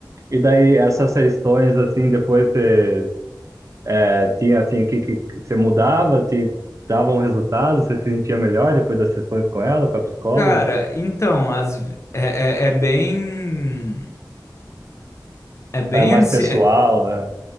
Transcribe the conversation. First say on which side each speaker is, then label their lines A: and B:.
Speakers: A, on the right; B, on the left.
A: E daí, essas sessões, assim, depois você. É, tinha assim que, que você mudava, te dava um resultado, você se sentia melhor depois das sessões com ela, com a psicóloga.
B: Cara, então, as, ve- é, é, é bem, é bem
A: É mais
B: assim,
A: pessoal,
B: é,
A: é,